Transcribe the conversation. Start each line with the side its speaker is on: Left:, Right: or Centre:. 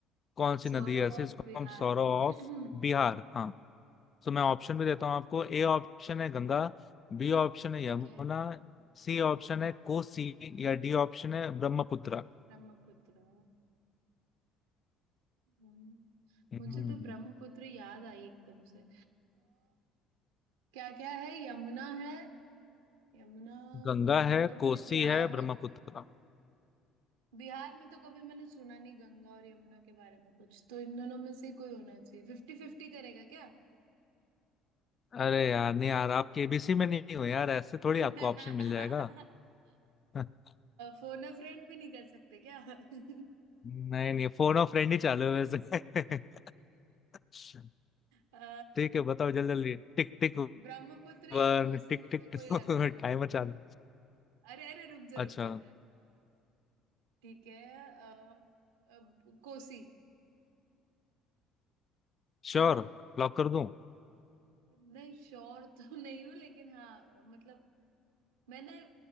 Left: कौन सी
Right: सौरव
Left: नदी है ऐसी
Right: ऑफ
Left: जिसको
Right: बिहार
Left: हम सौरो ऑफ
Right: <clears throat> हम्म
Left: बिहार हाँ तो मैं ऑप्शन भी देता हूँ आपको ए ऑप्शन है गंगा बी ऑप्शन है
Right: ठीक
Left: यमुना
Right: है
Left: सी ऑप्शन है कोसी या डी ऑप्शन है ब्रह्मपुत्र
Right: ब्रह्मपुत्र हम्म,
Left: हम्म,
Right: मुझे तो ब्रह्मपुत्र याद आई एकदम से आ, क्या क्या है यमुना है यमुना
Left: गंगा
Right: गंगा
Left: है
Right: तो मैंने
Left: कोसी
Right: बिहार
Left: है ब्रह्मपुत्र
Right: में बिहार में तो कभी मैंने सुना नहीं गंगा और यमुना के बारे में कुछ तो इन दोनों में से कोई होना चाहिए फिफ्टी फिफ्टी करेगा क्या
Left: अरे यार नहीं यार आप केबीसी में नहीं हो यार ऐसे थोड़ी
Right: <laughs>
Left: आपको ऑप्शन मिल जाएगा <laughs>
Right: फोन अ फ्रेंड भी नहीं कर सकते क्या <laughs>
Left: नहीं नहीं फोन और फ्रेंड ही चालू है वैसे <laughs>
Right: अ,
Left: ठीक है बताओ जल्दी जल्दी tick tick
Right: ब्रह्मपुत्र या
Left: One
Right: कोसी
Left: tick
Right: में
Left: tick
Right: से कोई लग
Left: two
Right: रहा है मुझे
Left: timer <laughs> चालू
Right: अरे अरे रुक जा
Left: अच्छा
Right: रुक जा ठीक है अ, अब कोसी
Left: श्योर
Right: है
Left: लॉक कर दूं
Right: नहीं श्योर तो <laughs> नहीं हूँ लेकिन हाँ मतलब मैंने